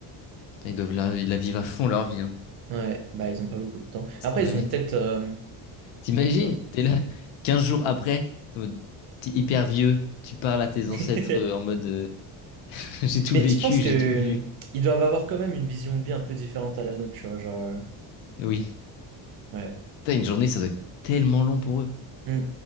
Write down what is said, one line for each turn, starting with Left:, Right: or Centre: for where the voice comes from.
Left: Putain, Ils doivent la... ils la vivre à fond leur vie. hein.
Right: Ouais, bah ils ont pas beaucoup de temps.
Left: Ça
Right: Après,
Left: va
Right: ils ont
Left: vite.
Right: peut-être euh,
Left: T'imagines,
Right: genre-
Left: t'es là 15 jours après, t'es en mode- t'es hyper vieux, tu parles à tes
Right: <laughs>
Left: ancêtres euh, en mode euh, <laughs> j'ai tout
Right: Mais
Left: vécu,
Right: je pense que
Left: j'ai
Right: euh,
Left: tout vu.
Right: ils doivent avoir quand même une vision de vie un peu différente à la nôtre, tu vois, genre euh,
Left: Oui.
Right: ouais.
Left: Putain, une journée, ça doit être tellement long pour eux.
Right: Hmm,